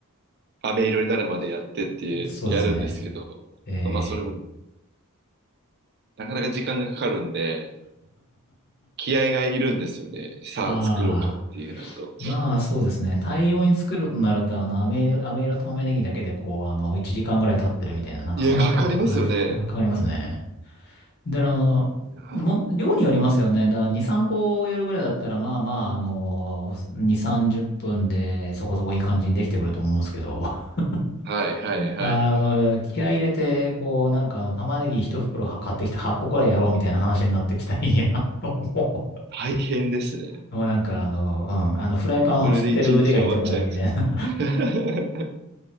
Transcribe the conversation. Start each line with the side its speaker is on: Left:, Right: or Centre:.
Right: 飴色になるまでやってってやるんですけど、
Left: <laughs> そうですね。えー、
Right: まあそれもなかなか時間がかかるんで、気合がいるんですよね。さあ作ろうかっていうなると。
Left: ああ。まあそうですね。大量に作るとなると、あの、飴色、飴色玉ねぎだけでこう、あの、1時間ぐらい経ってるみたいな、なんかそんなパ、
Right: いや、かかりますよね。
Left: <laughs> 話かかりますね。で、あの、
Right: は、
Left: も、量によりますよね。だから2、3個やるぐらいだったら、まあまあ、あの、2、30分でそこそこいい感じにできてくると思うんですけど、<laughs>
Right: はいはいはい。
Left: あの、気合い入れて、こう、なんかあの、玉ねぎ1袋は買ってきて8個ぐらいやろうみたいな話になってきた日に、あの、も
Right: 大変ですね。
Left: う、もうなんかあの、うん、あの、フライパンを振ってる腕が痛くなるみたいな
Right: それで一日終わっちゃいます。<laughs>